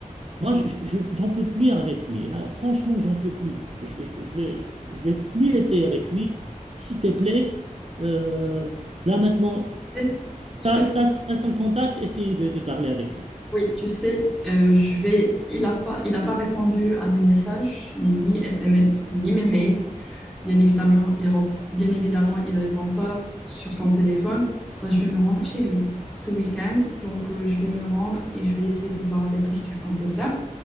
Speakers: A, on the right; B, in the centre.
A: Moi, je, je- j'en peux plus avec lui. Là, franchement, j'en peux plus. Je, je, je vais, je, je vais plus essayer avec lui. S'il te plaît, euh, là maintenant,
B: Eh, Tu
A: t'as,
B: sais, ce-
A: t'as, t'as son contact, essaye de, de parler avec lui.
B: oui, tu sais, euh, je vais, il n'a pas, il a pas répondu à mes messages, ni SMS, ni mes mails. Bien évidemment, il, rep- bien évidemment, il répond pas sur son téléphone. Bah, je vais me rendre chez lui ce week-end. Donc, euh, je vais me rendre et je vais essayer de voir avec lui qu'est-ce qu'on peut faire.